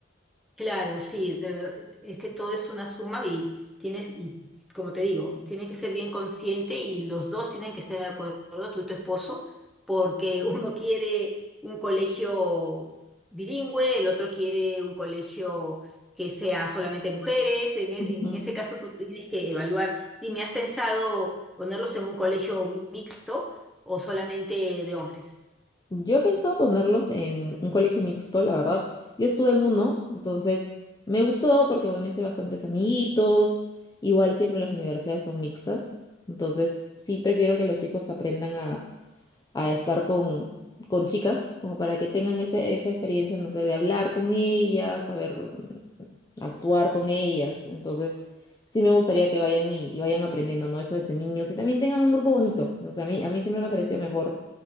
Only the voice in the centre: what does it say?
Claro, sí, de verdad, es que todo es una suma y tienes, y como te digo, tienes que ser bien consciente y los dos tienen que estar de acuerdo, tú y tu esposo, porque <laughs> uno quiere un colegio bilingüe, el otro quiere un colegio que sea solamente mujeres. En, e-
en ese caso tú tienes que evaluar, dime, ¿has pensado ponerlos en un colegio mixto o solamente de hombres?